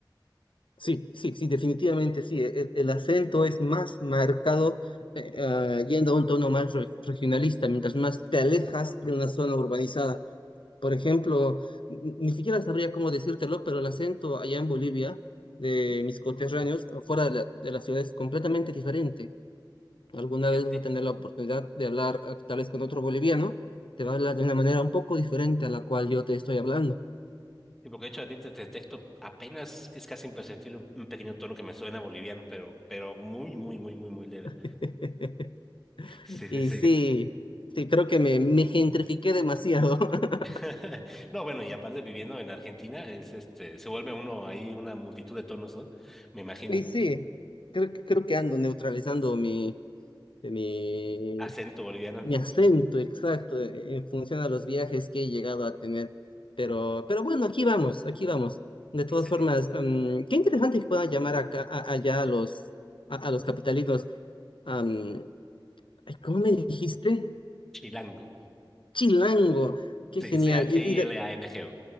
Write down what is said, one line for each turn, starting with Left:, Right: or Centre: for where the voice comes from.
Left: Sí, sí, sí, definitivamente sí. El, el acento es más marcado eh, ah, yendo a un tono más re- regionalista, mientras más te alejas de una zona urbanizada. Por ejemplo, n- ni siquiera sabría cómo decírtelo, pero el acento allá en Bolivia de
Centre: ¿Mm?
Left: mis coterráneos fuera de la, de la ciudad es completamente diferente. Alguna
Centre: Y-
Left: vez vas
Centre: y-
Left: a tener la oportunidad de hablar eh, tal vez con otro boliviano, te va a hablar de una manera un poco diferente a la cual yo te estoy hablando.
Centre: y porque de hecho a ti te te detecto apenas, es casi imperceptible un un pequeño tono que me suena boliviano, pero, pero muy, muy, muy, muy, muy leve.
Left: <laughs>
Centre: <laughs> Sí, sí.
Left: Y
Centre: sí.
Left: sí, sí, creo que me, me gentrifiqué demasiado. <laughs>
Centre: <laughs> No, bueno, y aparte viviendo en Argentina, es este, se vuelve uno ahí una multitud de tonos, ¿no? Me imagino.
Left: Y sí, creo, que- creo que ando neutralizando mi, mi,
Centre: Acento boliviano.
Left: Mi acento, exacto, e- en función a los viajes que he llegado a tener. Pero, pero bueno, aquí vamos, aquí vamos. De todas
Centre: Excelente.
Left: formas, mm, qué interesante que puedan llamar acá, a- allá a los, a, a los capitalinos. am, ay, ¿cómo me dijiste?
Centre: Chilango.
Left: Chilango, qué
Centre: Sí,
Left: genial.
Centre: C-H-I-L-A-N-G-O.
Left: ¿Y, y de,